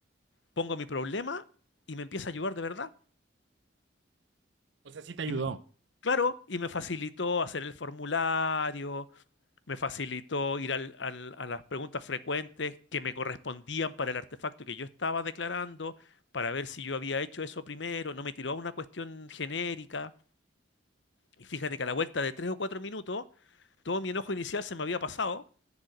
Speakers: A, on the left; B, on the right.
A: pongo mi problema y me empieza a ayudar de verdad.
B: O sea, sí te ayudó.
A: Y me- claro, y me facilitó hacer el formulario, me facilitó ir al- al- a las preguntas frecuentes que me correspondían para el artefacto que yo estaba declarando, para ver si yo había hecho eso primero. No me tiró a una cuestión genérica. Y fíjate que a la vuelta de tres o cuatro minutos, todo mi enojo inicial se me había pasado.